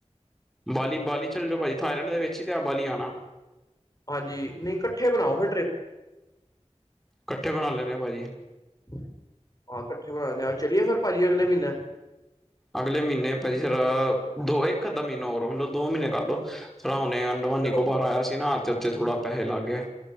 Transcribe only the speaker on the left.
ਹਾਂਜੀ, ਨਈ ਕੱਠੇ ਬਨਾਓ ਫੇਰ ਟ੍ਰਿਪ।
ਹਾਂ, ਕੱਠੇ ਬਨਾਨੇ ਆ, ਚਲੀਏ ਫੇਰ ਭਾਜੀ ਅਗਲੇ ਮੀਨੇ?
ਚਲੋ